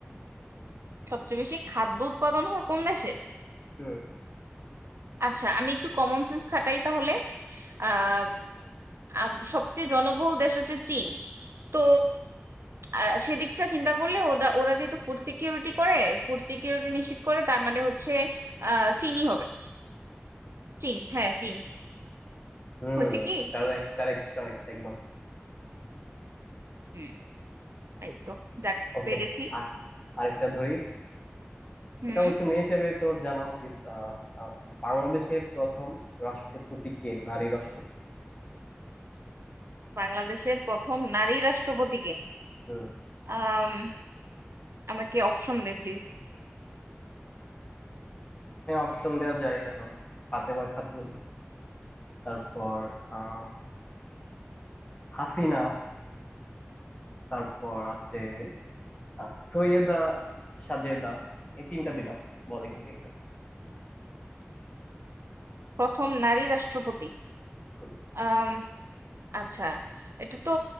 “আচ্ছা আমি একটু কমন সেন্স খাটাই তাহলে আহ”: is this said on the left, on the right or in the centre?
Right